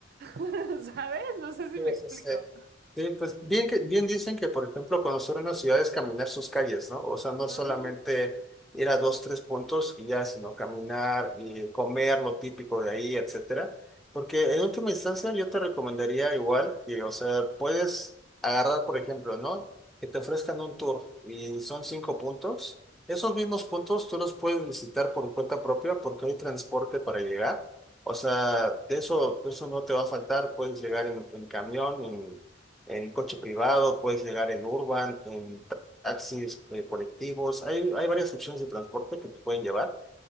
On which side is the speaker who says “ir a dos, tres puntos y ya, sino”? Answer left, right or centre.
Centre